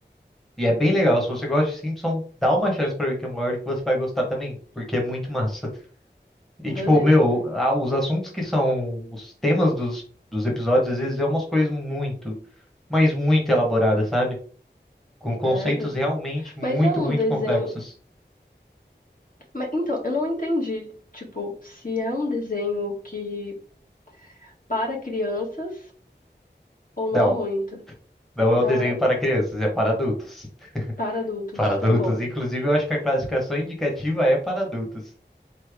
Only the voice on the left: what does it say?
Beleza.
Sério?
Mas é um
desenho.
Mas, então, eu não entendi, tipo, se é um desenho que para crianças ou não
muito.
Não
é
para adultos,
tá bom.